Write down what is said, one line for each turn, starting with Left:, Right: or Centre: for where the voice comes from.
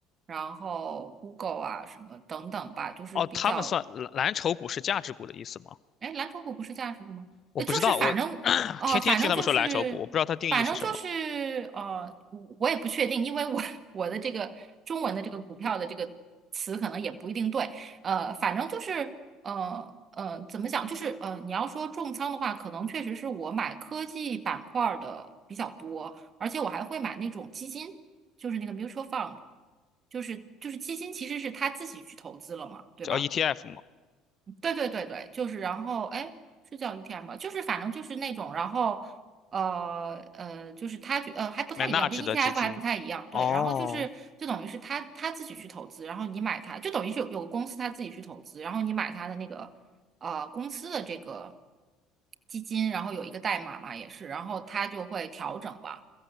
Right: 然后 Google 啊什么等等吧，就是比较
Left: 哦，他们算蓝蓝筹股是价值股的意思吗？
Right: 哎，蓝筹股不是价值股吗？
Left: 我不知道，
Right: 呃，就是反正，
Left: 我 <coughs> <clears throat>
Right: 呃，
Left: 天天听他们说蓝筹股，
Right: 反正就是，
Left: 我不知道它定义是什么，
Right: 反正就是，呃，我我也不确定，因为我 <laughs> 我的这个中文的这个股票的这个词可能也不一定对，呃，反正就是，呃呃，怎么讲？就是呃，你要说重仓的话，可能确实是我买科技板块儿的比较多，而且我还会买那种基金，就是那个 mutual fund，就是就是基金其实是他自己去投资了嘛，对吧？
Left: 叫 ETF 吗？
Right: 对对对对，就是然后哎，是叫 e t f 吗？就是反正就是那种，然后呃呃，就是他觉呃还不太一样，
Left: 买纳指的基金。
Right: 跟 ETF 还不太一样。
Left: 哦，
Right: 对，然后就是就等于是他他自己去投资，然后你买它，就等于是有有个公司他自己去投资，然后你买他的那个呃公司的这个基金，然后有一个代码嘛也是，然后它就会调整嘛。